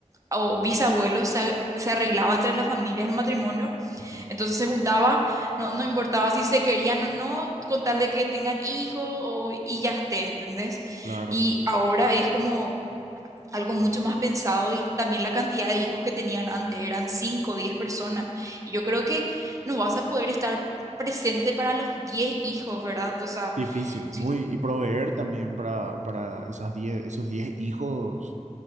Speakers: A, on the right; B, on the right.
A: o bisabuelos se, ag- se arreglaba entre las familias el matrimonio,
B: Ujú,
A: entonces se juntaba, no, no importaba si se querían o no, con tal de que tengan hijos o- y ya esté, ¿entendés?
B: claro.
A: Y ahora es como algo mucho más pensado y también la cantidad de hijos que tenían antes, eran 5 o 10 personas, y yo creo que no vas a poder estar presente para los 10 hijos, ¿verdad? O sea,
B: Difícil,
A: si
B: muy. Y proveer también para, para esas diez, esos 10 hijos